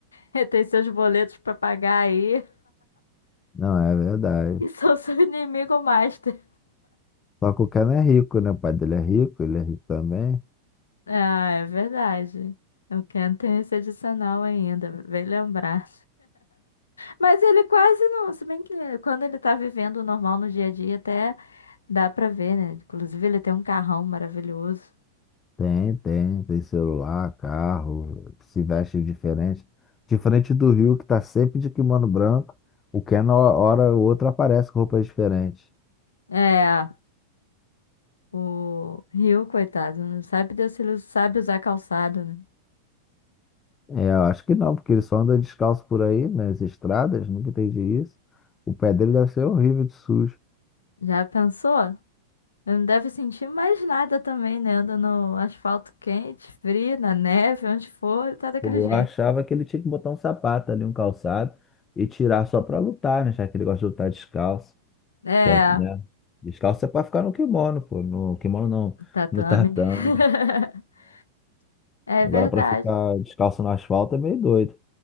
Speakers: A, on the left; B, on the left.
A: Você <laughs> tem seus boletos pra pagar aí
B: Não, é verdade.
A: <laughs> e sou seu inimigo master.
B: Só que o Ken é rico, né? O pai dele é rico, ele é rico também.
A: Ah, é verdade. O Ken tem esse adicional ainda, bem lembrar. Mas ele quase não. Se bem que quando ele tá vivendo o normal no dia a dia, até Dá pra ver, né? Inclusive, ele tem um carrão maravilhoso.
B: Tem, tem, tem celular, carro, se veste diferente. Diferente do Rio, que tá sempre de kimono branco, o Ken, na hora ou outra, aparece com roupas diferentes.
A: É, o Rio, coitado, não sabe Deus se ele sabe usar calçado, né?
B: É, eu acho que não, porque ele só anda descalço por aí, nas estradas, nunca entendi isso. O pé dele deve ser horrível de sujo.
A: Já pensou? Ele não deve sentir mais nada também, né? Anda no asfalto quente, frio, na neve, onde for, ele tá daquele
B: Pô, eu
A: jeito.
B: achava que ele tinha que botar um sapato ali, um calçado, e tirar só pra lutar, né? Já que ele gosta de lutar descalço.
A: É,
B: Que é, né? Descalço é pra ficar no kimono, pô. No kimono não,
A: tatame.
B: no tatame.
A: <laughs> É
B: Agora,
A: verdade.
B: pra ficar descalço no asfalto é meio doido.